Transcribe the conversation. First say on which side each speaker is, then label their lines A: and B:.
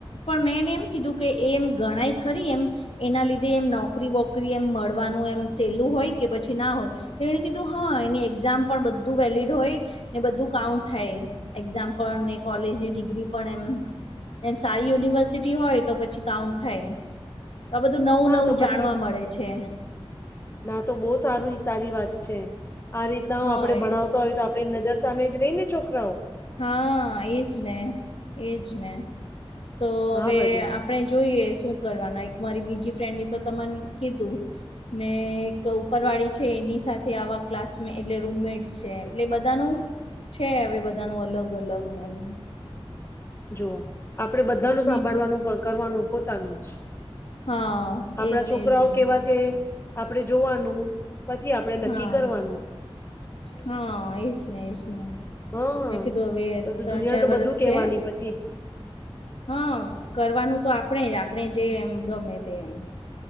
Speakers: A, on the left; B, on the left.
A: પણ મેંને એમ કીધું કે એમ ગણાય ખરી એમ એના લીધે એમ નોકરી વોકરી એમ મળવાનું એમ સહેલું હોય કે પછી ના હોય. તો એણે કીધું હા એની એક્ઝામ પણ બધું વેલીડ હોય. ને બધું કાઉન્ટ થાય એક્ઝામ પણ ને કોલેજની ડિગ્રી પણ એમ એમ સારી યુનિવર્સિટી હોય તો પછી કાઉન્ટ થાય. તો આ બધું નવું
B: હા
A: નવું
B: તો પછી
A: જાણવા મળે છે.
B: ના તો બહુ સારું સારું સદી વાત છે આ રીતના
A: હા
B: હ આપડે
A: એ
B: ભણાવ હોય તો આપણી નજર સામે જ રહી ને છોકરાઓ
A: હા એજ ને એજ ને તો
B: હા
A: હવે
B: ભરી
A: આપણે જોઈએ શું કરવાના એક મારી બીજી ફ્રેન્ડ ની તો તમાને કીધું ને એક ઉપરવાળી છે એની સાથે આવા ક્લાસ એટલે રૂમમેટ્સ છે એટલે બધાનું છે હવે બધાનું અલગ અલગ એમ
B: જોુઓ આપણે બધાનું
A: બી
B: સાંભળવાનું કરવાનું પોતાનું જ
A: હા
B: આપણા
A: એજ ને
B: છોકરાઓ
A: એજ ને
B: કેવા છે આપડણે જોવાનું પછી આપડણે
A: હા
B: નક્કી કરવાનું
A: હા એજ ને એજ ને
B: હા.
A: મેં કીધું હવે
B: બધું
A: ત્રણ
B: દુનિયા
A: ચાર
B: તો
A: વરષ
B: બધું કેવાની
A: છે
B: પછી
A: હા કરવાનું તો આપણે જ આપણે જે એમ ગમે તે એમ